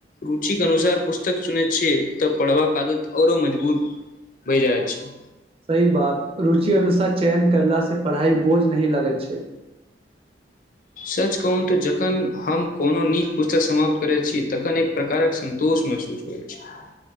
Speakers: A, on the left (about 45°); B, on the right (about 30°).
A: रुचिक अनुसार पुस्तक चुनैत छियै, तऽ पढ़बाक आदत आओरो मजबूत बहि जाइत छै।
B: सही बात, रुचि अनुसार चयन करलाास से पढ़ाइ बोझ नहिह लगैत छै।
A: सच कहु तऽ, जखन हम कोनो नीक पुस्तक समाप्त करैत छी, तखन एक प्रकारक सन्तोष महसूस होइत छै।